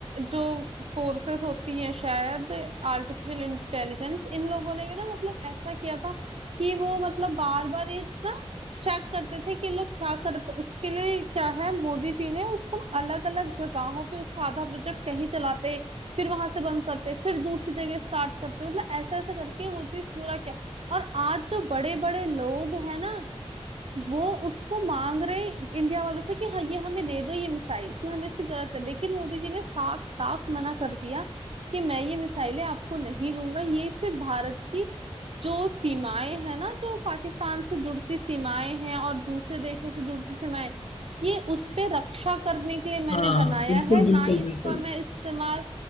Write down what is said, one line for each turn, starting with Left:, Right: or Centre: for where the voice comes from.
Right: जो फोर्सेस होती हैं शायद आर्टिफिशियल इंटेलिजेंस इन लोगों ने भी ना मतलब ऐसा किया था कि वो मतलब बार बार ये ना चेक करते थे कि ये लोग क्या करते तो उसके लिए क्या है मोदी जी ने उसको ना अलग अलग जगहों पे उसका आधा प्रोजेक्ट कहीं चलाते फिर वहां से बंद करते फिर दूसरी जगह स्टार्ट करते मतलब ऐसा ऐसा करके वो चीज पूरा किया और आज जो बड़े बड़े लोग हैं ना वो उसको मांग रहे इंडिया वालों से कि हाँ ये हमें दे दो ये मिसाइल कि हमें इसकी जरूरत है लेकिन मोदी जी ने साफ साफ मना कर दिया कि मैं ये मिसाइलें आपको नहीं दूंगा ये इससे भारत की जो सीमाएं हैं ना जो पाकिस्तान से जुड़ती सीमाएं हैं और दूसरे देशों से जुड़ती सीमाएं ये उस पे रक्षा करने के लिए मैंने
Left: हाँ
Right: बनाया
Left: बिल्कुल
Right: है
Left: बिल्कुल
Right: ना ही इसका
Left: बिल्कुल
Right: मैं इस्तेमाल